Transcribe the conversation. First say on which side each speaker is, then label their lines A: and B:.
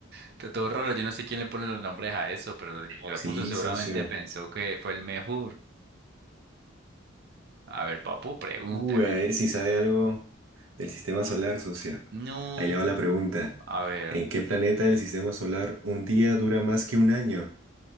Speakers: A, on the right; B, on the right.
A: Está todo raro, yo no sé quién le pone los nombres a eso, pero el que lo
B: Sí,
A: puso seguramente
B: socio.
A: pensó que fue el mejor. A ver, papu, pregúnteme.
B: Uy, a ver si sabe algo del sistema solar, socio.
A: No,
B: Ahí le va la pregunta.
A: a ver.
B: ¿En qué planeta del sistema solar un día dura más que un año?